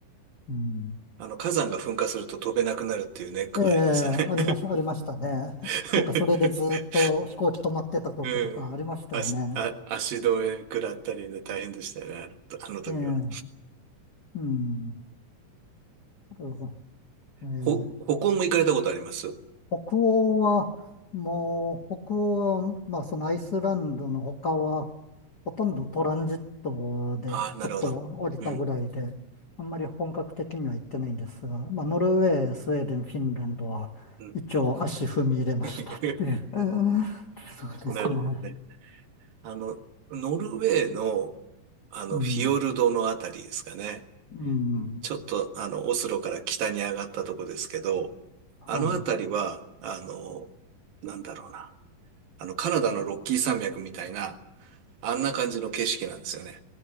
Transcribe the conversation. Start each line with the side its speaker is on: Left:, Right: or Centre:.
Left: うん
Right: あの、火山が噴火すると飛べなくなるっていうネックがありますよね。
Left: ええ、ありまし、ありましたね。
Right: <laughs>
Left: なんかそれでずっと飛行機止まってたこととかありましたよね。
Right: うん。足、あ、足止め食らったりね、大変でしたよね、あのとあの時は。
Left: ええ、うん。なるほどええ、
Right: ほ、歩行も行かれたことあります
Left: 北欧は、もう、北欧は、まあそのアイスランドの他は、ほとんどトランジットでちょっと降りたぐらいで、
Right: ああー、なるほど。うん、
Left: あんまり本格的には行ってないんですが、まあノルウェー、スウェーデン、フィンランドは一応足踏み入れましたっていう。
Right: うん、うん <laughs>。
Left: <laughs> そうですね。
Right: なるほどね。あの、ノルウェーの、あの、
Left: うん。
Right: フィヨルドのあたりですかね。
Left: うん。
Right: ちょっと、あの、オスロから北に上がったとこですけど、あのあたりは、
Left: はい。う
Right: あの、なんだろうな。あの、カナダのロッキー山脈みたいな、あんな感じの景色なんですよね。